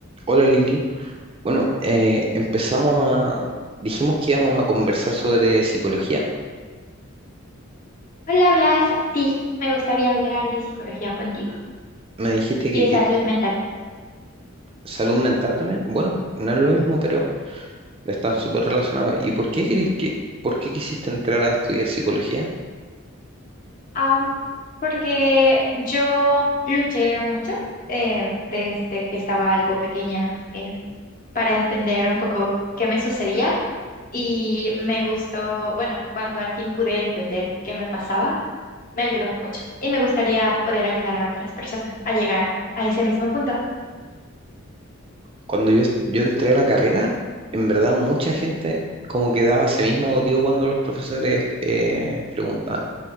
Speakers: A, on the right (about 25°); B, on the left (about 40°).
A: Hola Lili. Bueno, eh, empezamos a... Dijimos que íbamos a conversar sobre psicología.
B: Hola, Blas. Sí, me gustaría hablar de psicología contigo
A: Me dijiste
B: y
A: que,
B: de salud
A: que-
B: mental.
A: salud mental también. Bueno, no es lo mismo, pero están súper relacionados. ¿Y por qué, queri- que, por qué quisiste entrar a estudiar psicología?
B: Am, porque yo luché mucho eh, desde que estaba algo pequeña eh, para entender un poco qué me sucedía y me gustó, bueno, cuando al fin pude entender qué me pasaba, me ayudó mucho y me gustaría poder ayudar a otras personas a llegar a ese mismo punto.
A: Cuando yo, yo entré a la carrera, en verdad mucha gente como que daba ese mismo motivo cuando los profesores eh, preguntaban.